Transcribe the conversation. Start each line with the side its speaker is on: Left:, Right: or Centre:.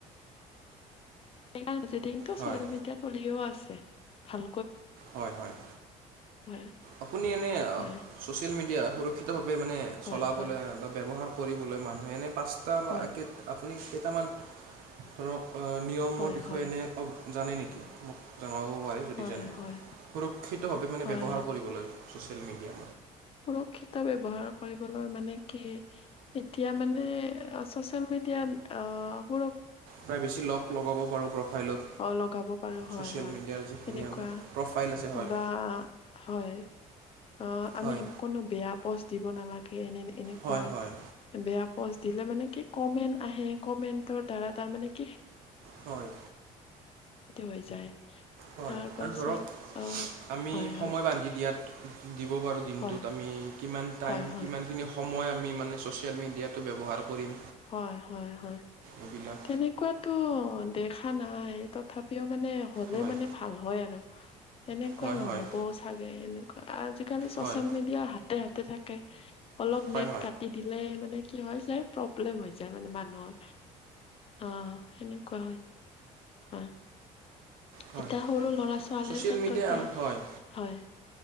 Left: <inaudible> দিনটো
Right: হয়
Left: চচিয়েল মিডিয়াত পলিঅ আছে ভাল।
Right: হয় হয়
Left: হয়
Right: আপোনি এনে
Left: হয়
Right: চছিয়েল মিডিয়া সুৰখিত মানে
Left: হয়
Right: চলাবলৈ
Left: হয়
Right: বা ব্যৱহাৰ কৰিবলৈ মানুহে এনে পাঁচটা বা
Left: হয়
Right: আপুনি কেইটামান ধৰক নিয়মৰ
Left: হয়
Right: বিষয়ে
Left: হয়
Right: এনে জানে নেকি? জনাব পাৰে যদি
Left: হয়
Right: জানে
Left: হয়
Right: সুৰক্ষিতভাৱে মানে
Left: হয়
Right: ব্যৱহাৰ কৰিবলৈ চচিয়েল মিডিয়া।
Left: সুৰক্ষিত ব্যৱহাৰ কৰিবলৈ মানে কি এতিয়া মানে আচ চেল মিডিয়াত অ সুৰ
Right: প্ৰায় বেছি লগ লগাব পাৰোঁ প্ৰফাইলত,
Left: অ লগাব পাৰো
Right: ছ'চিয়েল
Left: হয় হয়
Right: মিডিয়াৰ যিখিনি
Left: তেনেকুৱা
Right: আমাৰ প্ৰফাইল আছে। হয়
Left: বা হয় অ আমি
Right: হয়
Left: কোনো বেয়া পষ্ট দিব নালাগে। এনে এনেকুৱা
Right: হয় হয়
Left: বেয়া পোষ্ট দিলে মানে কি কমেন্ট আহে কমেন্টৰ দ্বাৰা তাৰ মানে কি
Right: হয়।
Left: হৈ যায়।
Right: হয়
Left: তাৰ পাছত
Right: আৰু ধৰক
Left: আহ
Right: আমি
Left: হয়
Right: সময়
Left: হয়
Right: বান্ধি দিয়াত দিব পাৰো দিনটোত
Left: হয়
Right: আমি কিমান টাইম
Left: হয় হয়
Right: কিমানখিনি সম- মই আমি মানে ছচিয়েল মিডিয়াটো ব্যৱহাৰ কৰিম
Left: হয় হয় হয়
Right: এইবিলাক
Left: তেনেকুৱাতো দেখা নাই তথাপিও মানে হ'লে
Right: হয়
Left: মানে ভাল হয় আৰু। তেনেকুৱা
Right: হয়
Left: নহব
Right: হয়
Left: চাগে, এনেকুৱা আজিকালি চচিয়েল
Right: হয়
Left: মিডিয়া হাতে হাতে থাকে। অলপ
Right: হয়
Left: নেট
Right: হয়
Left: কাটি দিলে মানে কি হয় যাই প্ৰব্লেম হৈ যায় মানে মানুহৰ। অ সেনেকুৱা হয় অ।
Right: হয়
Left: এতিয়া সৰু লৰা ছোৱালীৰ
Right: ছ'চিয়েল
Left: ক্ষেত্ৰতে
Right: মিডিয়া আম হয়
Left: হয়